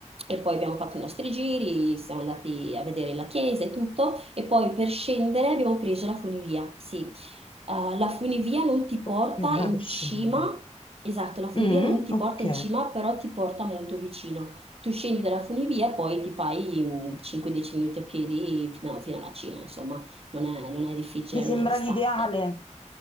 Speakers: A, on the right; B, on the left.
A: e poi abbiamo fatto i nostri giri, siamo andati a vedere la chiesa e tutto, e poi per scendere abbiamo preso la funivia, sì. Eh, la funivia non ti porta
B: ok, va
A: in
B: per scendere.
A: cima, esatto, la funivia
B: Mm,
A: non ti
B: ok.
A: porta in cima, però ti porta molto vicino. Tu scendi dalla funivia e poi ti fai mm, 5-10 minuti a piedi fino, fino alla cima, insomma non è, non è difficile,
B: Mi sembra
A: non è distante.
B: l'ideale.